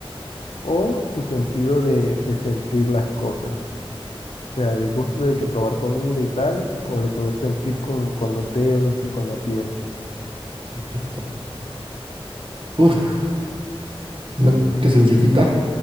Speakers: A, on the left (about 80°); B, on the right (about 60°).
A: o tu sentido de, de sentir las cosas? O sea, del gusto de que probar comida y tales, o de poder sentir con, con los dedos y con la piel.
B: Exacto. Uf, no, qué sencillita.